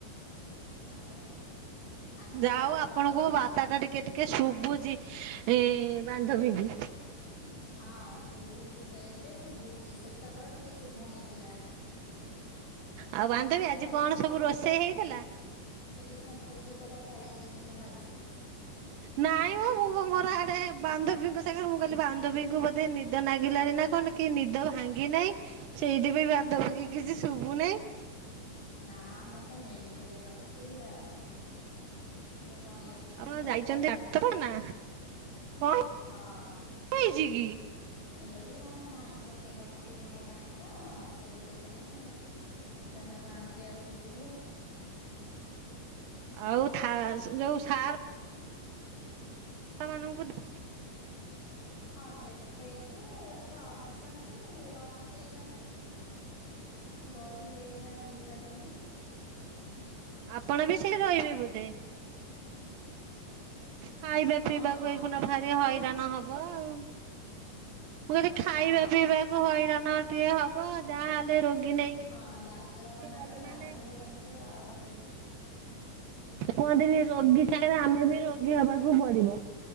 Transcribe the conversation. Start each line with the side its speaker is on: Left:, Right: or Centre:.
Left: ଆଉ ଆଜି
Right: ଯାହା
Left: କୁଆଡ଼େ
Right: ହଉ ଆପଣଙ୍କୁ
Left: କ'ଣ
Right: ମୋ
Left: ଯାଇଥିଲ
Right: ବାର୍ତ୍ତାଟା
Left: ବୁଲିବାକୁ
Right: ଟିକେ ଟିକେ ଶୁଭୁଚି। ଏ ବାନ୍ଧବୀଙ୍କୁ।
Left: ହଁ ଶୁଭୁଚି ତ ଏବେ ଶୁଭୁଚି ସେତେବେଳେ ଟିକେ ଶୁଭୁ ନଥିଲା।
Right: ଆଉ
Left: ମୁଁ
Right: ବାନ୍ଧବୀ
Left: ଭାବିଲି
Right: ଆଜି
Left: ବୋଧେ
Right: କଣ
Left: ମୋବାଇଲ
Right: ସବୁ ରୋଷେଇ ହେଇଥିଲା?
Left: ଟେଲିଫୋନ ଥୋଇକି କୁଆଡେ ପଳେଇ ଚନ୍ତି ମୁଁ ଭାବିଲି।
Right: ନାଇଁ ମ ମୁଁ ମୋର ଆଡେ ବାନ୍ଧବୀଙ୍କ ସାଙ୍ଗରେ। ମୁଁ କହିଲି ବାନ୍ଧବୀଙ୍କୁ ବୋଧେ ନିଦ ଲାଗିଲାଣି ନା କଣ କି ନିଦ ଭାଙ୍ଗି ନାହିଁ। ସେଇଥିପାଇଁ ବାନ୍ଧବୀକି କିଛି ଶୁଭୁ ନାଇଁ।
Left: ନା। ମୁଁ ତ ମେଡିକାଲରେ ଅଛି ଆଉ, ଡ କଣ ଲାଗି
Right: ଆପଣ
Left: ଡାକ୍ତରଖାନାରେ
Right: ଯାଇଛନ୍ତି ଡାକ୍ତର
Left: ଅଛି।
Right: ନା କଣ
Left: ହଁ
Right: ହେଇଚିକି?
Left: ଏଇ ଆମ ଭାଇଙ୍କ ଦେହ ଟିକଏ ଭଲ ନାହିଁ ତ। ସେଇଥିପାଇଁ ତାଙ୍କୁ ଆଣିକି ଆସିଥିଲୁ।
Right: ଆଉ ଥାଅ। ଯୋଉ ସାର ମାନଙ୍କୁ ଦେ
Left: ହଁ ଦେଖେଇକି ଏଠି ତ ଅଛନ୍ତି। ରଖେଇଚନ୍ତି। ରହିବେ ଏଇନା ଦି ଚାରିଦିନି।
Right: ଆପଣ ବି ସେଇ ରହିବେ ବୋଧେ? ଖାଇବା
Left: ହଁ
Right: ପିଇବାକୁ ଏଇଖିନା ଭାରି
Left: ଆଉ କଣ
Right: ହଇରାଣ
Left: କରିବୁ
Right: ହବ ଆଉ। ମୁଁ କହିଲି ଖାଇବା
Left: ହଁ
Right: ପିଇବାକୁ ହଇରାଣ ଟିକେ ହବ, ଯାହାହେଲେ ରୋଗୀ ନେଇକି
Left: ହଁ ଡାକ୍ତରଖାନା
Right: ଗଲେ
Left: ତ ଜାଣିଥିବ
Right: ମାନେ
Left: ଯେମିତି ଆଉ। ପେ
Right: କୁହନ୍ତିନି ରୋଗୀ ସାଙ୍ଗରେ ଆମେ
Left: ତ
Right: ବି
Left: ଯେଉଁ
Right: ରୋଗୀ
Left: ସୁବିଧା
Right: ହବାକୁ ପଡିବ।